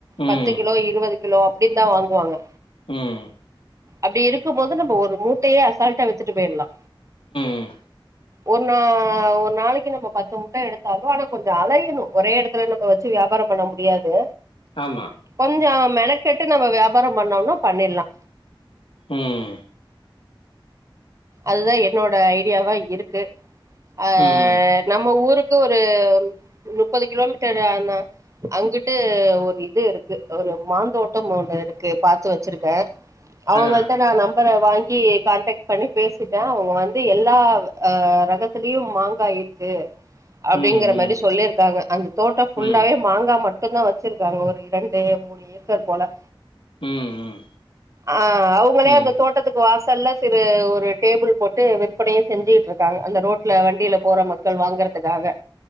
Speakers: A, on the left; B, on the right.
A: ம்
B: பத்து கிலோ இருவது கிலோ அப்டி தா வாங்குவாங்க
A: ம்
B: அப்டிருக்கு போது நம்ப ஒரு மூட்டயே அசால்டா வித்துட்டு பேயிர்லா
A: ம்
B: ஒர் நா ஒர் நாளக்கி நம்ம பத்து முட்ட எடுத்தாலு ஆனா கொஞ்ச அலையணு ஒரே எடத்துல நம்போ வித்து வியாபாரம் பண்ண முடியாது
A: ஆமா
B: கொஞ்ச மெனக்கெட்டு நம்ம வியாபாரம் பண்ணோம்னா பண்ணிற்லா
A: ம்
B: அதுதா என்னோட ஐடியாவா இருக்கு அஅஅஅஅப்
A: ம்
B: நம்ம ஊருக்கு ஒரு முப்பது கிலோமீட்டரு ஆனா அங்குட்டு ஒரு இதுருக்கு ஒரு மாந்தோட்டம் ஒன்னு இருக்கு பாத்து வச்சிருக்கே அவ்ங்கள்ட
A: ஆ
B: நா நம்பர வாங்கி கான்டக்ட் பண்ணி பேசிட்டா அவ்ங்க வந்து எல்லா அ ரகத்லயு மாங்கா இருக்கு அப்டிங்குற
A: ம் ம்
B: மரி சொல்லிருகாங்க அந்த தோட்ட புல்லாவே
A: ம் ம்
B: மாங்கா மட்டு தா வச்சிருகாங்க ஒரு ரெண்டு மூணு ஏக்கர் போல
A: ம் ம்
B: ஆ அவ்ங்களே
A: ம்
B: அந்த தோட்டத்துக்கு வாசல்ல சிறு ஓர் ஒரு டேபிள் போட்டு விற்பனையு செஞ்சிட்டு இருக்காங்க அந்த ரோட்ல வண்டில போற மக்கள் வாங்கறதுக்காக